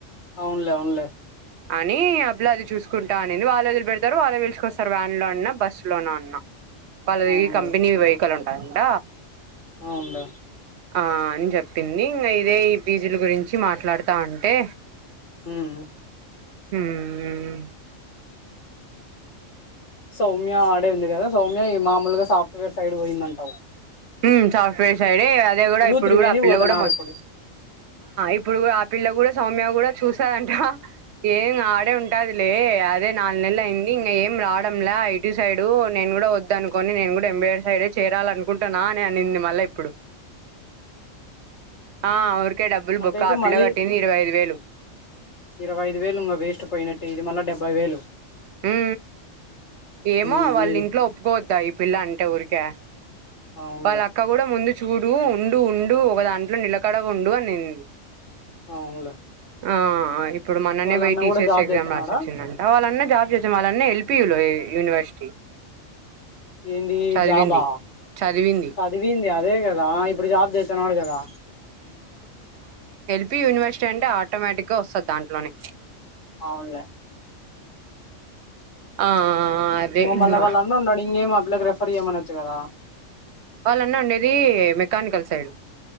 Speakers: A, on the left; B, on the right.
A: అవునులే అవున్లే
B: అని అబ్లా అది చూసుకుంటా అనింది వాళ్ళు వదులి పెడతారు వాళ్ళు పలుచకొస్తారు వ్యాన్లో అన్న బస్సులోన అన్నా పళ
A: అవునులే
B: కంెనీ వివహికల్ ఉంట అంట
A: అవునులే
B: ఆ అని చెప్పింది ఇంకా ఇదే ఈ పీజుల గురించి మాట్లాడుతా ఉంటే
A: హిం
B: హ్మ్మ్
A: సౌమ్య ఆడే ఉంది కదా సౌమ్య ఈ మామూలుగా సాఫ్ట్వేర్ సైడ్ పోయిందంటావె
B: ఉమ్ సాఫ్టువేర్ సైడ అదే కూడా ఇప్పుడు
A: త్రివేణి
B: కూడా ఆ పిల్ల
A: పోతున్నారు
B: కూడా మొత్తం
A: ఇప్పుడు
B: ఇప్పుడు కూడా పిల్ల కూడా సౌమ్య కూడా చూసాదంట ఏం ఆడే ఉంటాదిలే అదే నాలు నెల అయింది ఇంక ఏం రావడంలే ఐటీ సైడు నేను కూడా వదు అనుకోని నేను కూడా ఎంబీర్ సైడే చేరాలనుకుంట నానే అనింది మళ్ళా ఇప్పుడు ఆ డబ్బులు
A: అట్యితే
B: బొక్క ఆ
A: మళ్ళీ
B: పిల్ల కట్టింది ఇరవై ఐదు వేలు
A: ఇరవై ఐదు వేలు ఇంకా వేస్ట్ పోయినట్టు ఇది మళ్ళీ డెబ ముప్పై వేలు
B: ఉ ఏమో
A: ఉమ్
B: వాళ్ళు
A: ఇది
B: ఇంట్లో ఒప్పుకోవద్దా ఈ పిల్ల అంటే ఊరికే
A: అవునులే
B: వాళ్ళ అక్క కూడా ముందు చూడు డు ఉండు ఉండు ఒక దాంట్లో నిలకడ ఉండు అనింది
A: అవునులే
B: ఆ ఇప్పుడు మననే
A: వాళ్ళన్న
B: పోయి టీసీఎస్
A: కూడా జాబ్
B: ఎగ్జా
A: చేస్తున్నాడా
B: రాసి వచ్చిందంట వాళ్ళ జాబ్ చేసిన వన్ని ఎల్పీయూ యూనివర్సిటీ
A: ఏంది
B: చదివింది
A: జాబా ఆ
B: చదివింది
A: చదివింది అదే కదా ఇప్పుడు జాబ్ చేస్తున్నాడు కదా
B: ఎల్పీయూ యూనివర్సిటీ అంటే ఆర్ట్ ఆటోమేటిక్ గ వస్తది దాంట్లోనే
A: అవునులే
B: ఆ అదే ఇంగ
A: మళ్ళ వాళ్ళ అన్న ఉన్నాడు ఇంకేం ఇ రెఫర్ చేయమనొచ్చు కదా
B: వాళ్ళన్నా ఉండేదీ మెకానికల్ సైడ్